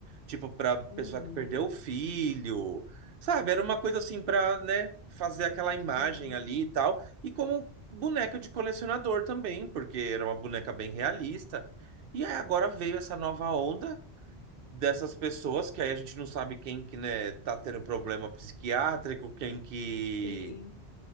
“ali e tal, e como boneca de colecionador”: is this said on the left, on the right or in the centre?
Right